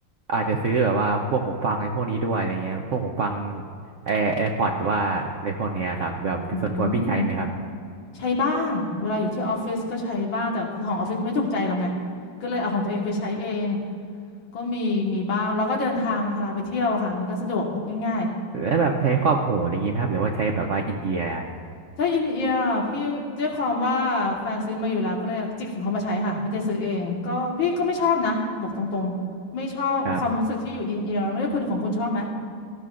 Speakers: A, on the right; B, on the left.
A: อาจจะซื้อแบบว่าพวกหูฟังไอ้พวกนี้ด้วยอะไรเงี้ยพวกหูฟังแอร์แอร์พอดหรือว่าอะไรพวกเนี้ยครับแบบส่วนตัวพี่ใช้ไหมครับ
B: อืมใช้บ้างเวลาอยู่ที่ออฟฟิศก็ใช้บ้างแต่คือของออฟฟิศไม่ถูกใจเราไง ก็เลยเอาของตัวเองไปใช้เอง ก็มีมีบ้างแล้วก็เดินทางอะค่ะเวลาไปเที่ยวอะค่ะมันก็สะดวกพกง่าย
A: แล้วแบบใช้ครอบหูอะไรอย่างงี้ไหมครับหรือว่าใช้แบบว่าอินเอียร์
B: ถ้าอินเอียร์อะพี่ด้วยความว่าแฟนซื้อมาอยู่แล้วก็เลยจิกของเขามาใช้ค่ะไม่ได้ซื้อเองก็พี่ก็ไม่ชอบนะบอกตรงๆไม่ชอบความรู้สึกที่อยู่อินเอียร์ไม่ได้คุณของคุณชอบไหม
A: ครับ